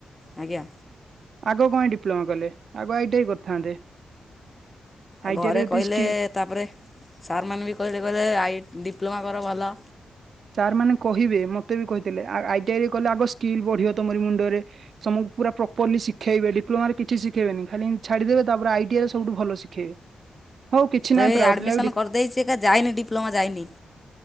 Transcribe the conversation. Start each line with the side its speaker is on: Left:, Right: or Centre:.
Left: ଆଜ୍ଞା
Right: ଆଗ କଣପାଇଁ ଡିପ୍ଲୋମା କଲେ ଆଗ ଆଇ ଟି ଆଇ କରିଥାନ୍ତେ। ଆଇ
Left: ଆଉ ଘରେ
Right: ଟି ଆଇ ରେ ଯେତିକି
Left: କହିଲେ
Right: ସ୍କି
Left: ତାପରେ ସାରମାନେ ବି କହିଲେ କହିଲେ ଆଇ ଡିପ୍ଲୋମା କର ଭଲ।
Right: ସାର୍ ମାନେ କହିବେ ମତେ ବି କହିଥିଲେ ଆଇ ଟି ଆଇରେ କଲେ ଆଗ ସ୍କିଲ୍ ବଢିବ ତମରି ମୁଣ୍ଡରେ। ସମସ୍ତକୁ ପୁରା ପ୍ରପଲି ଶିଖେଇବେ ଡିପ୍ଲୋମାରେ କିଛିିସିଖେଇବେନି ଖାଲି ଛାଡ଼ିଦେବେ ତାପରେ ଆଇ ଟିଆଇରେ ସବୁଠୁ ଭଲ ଶିଖେଇବେ। ହଉ କିଛି
Left: ତ
Right: ନାହିଁ
Left: ଏଇ
Right: ପ୍ରାୟ
Left: ଆଡମିସନ
Right: ପିଲା ବି
Left: କରିଦେଇଛି ଏକ ଯାଇନି ଡିପ୍ଲୋମା ଯାଇନି।